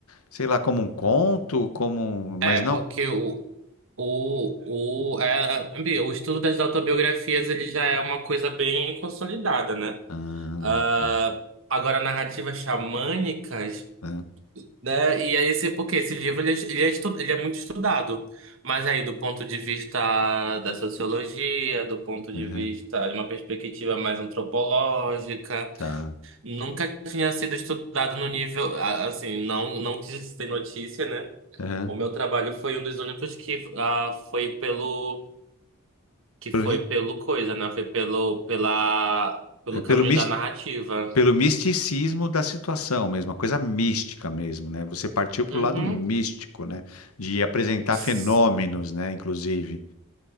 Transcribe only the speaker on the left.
sei lá, como um conto, como, um- mas
não.
Ah,
tá.
Ah,
tá.
aham,
tá.
aham.
Pelo,
ri-
é pelo,
mis-
Pelo misticismo da situação mesmo, uma coisa mística mesmo, né? Você partiu para
o lado místico, né? De apresentar
fenômenos, né? Inclusive.